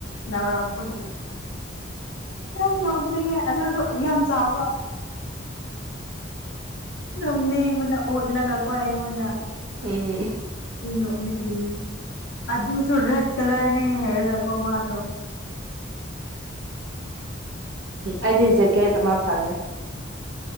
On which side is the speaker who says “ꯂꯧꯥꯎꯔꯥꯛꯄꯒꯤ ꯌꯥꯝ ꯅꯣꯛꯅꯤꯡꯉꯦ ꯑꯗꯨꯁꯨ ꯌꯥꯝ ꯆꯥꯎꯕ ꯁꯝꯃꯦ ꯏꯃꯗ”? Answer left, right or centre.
Left